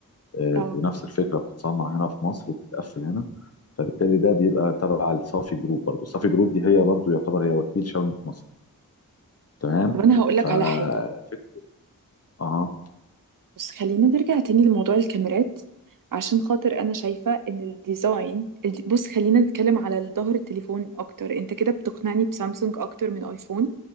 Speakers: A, on the left (about 45°); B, on the right (about 65°).
A: آه،
B: اه
A: بنفس الفكرة بتتصنع هنا في مصر وبتتقفل هنا فبالتالي ده بيبقى تبع الصافي جروب برضه الصافي جروب دي هي برضه يعتبر هي وكيل شاومي في مصر تمام
B: طب انا هقول
A: ففكرة
B: لك على حاجه
A: اه
B: بس خلينا نرجع تاني لموضوع الكاميرات عشان خاطر انا شايفة ان الديزاين الد- بص خلينا نتكلم على ظهر التليفون اكتر انت كده بتقنعني بسامسونج اكتر من ايفون